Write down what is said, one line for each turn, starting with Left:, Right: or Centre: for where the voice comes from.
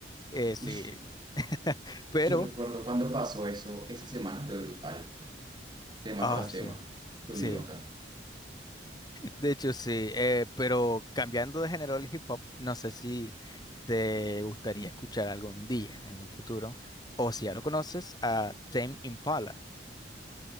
Left: Eh, sí,
Right: Ush,
Left: <laughs> pero,
Right: yo recuerdo cuando pasó eso, esa semana fue brutal. Tema
Left: ah,
Right: tras
Left: sí,
Right: tema, con
Left: sí,
Right: mi loca.
Left: de hecho sí, eh, pero cambiando de género al hip hop, no sé si te gustaría escuchar algún día en un futuro, o si ya lo conoces, a Tame Impala.